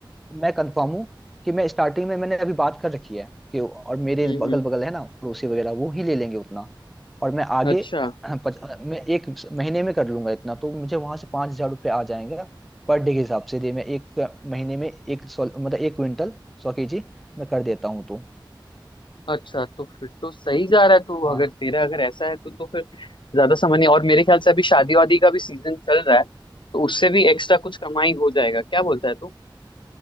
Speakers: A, in the centre; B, on the left (about 70°).
A: मैं कंफर्म हूँ कि मैं स्टार्टिंग में मैंने अभी बात कर रखी है कि और मेरे
B: हम्म
A: बगल
B: हम्म
A: बगल है ना पड़ोसी वगैरह वो ही ले लेंगे उतना और मैं आगे
B: अच्छा
A: <clears throat> हाँ, पच, मैं एक महीने में कर लूंगा इतना तो मुझे वहां से पांच हजार रुपये आ जाएगा पर डे के हिसाब से दे मैं एक महीने में एक सौ मतलब एक क्विंटल सौ केजी मैं कर देता हूँ तो
B: अच्छा तो फिर तो सही जा रहा है तो
A: हाँ
B: अगर तेरा अगर ऐसा है तो तो फिर ज्यादा समझ नहीं और मेरे ख्याल से अभी शादी वादी का भी सीजन चल रहा है तो उससे भी एक्स्ट्रा कुछ कमाई हो जाएगा क्या बोलता है तू